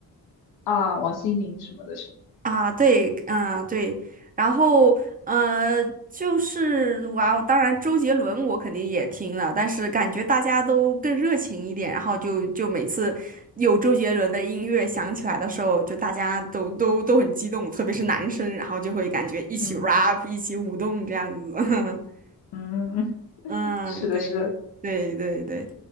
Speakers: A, on the left; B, on the right.
A: 啊，王心凌什么的是，
B: 啊，对，啊，对，然后呃，就是哇，当然周杰伦我肯定也听了，但是感觉大家都更热情一点，然后就就每次有周杰伦的音乐响起来的时候，就大家都都都很激动，特别是男生，然后就会感觉一起
A: 嗯
B: rap，一起舞动这样子。<laughs>
A: 嗯。
B: 嗯，
A: 是的，
B: 对
A: 是的，
B: 对对对，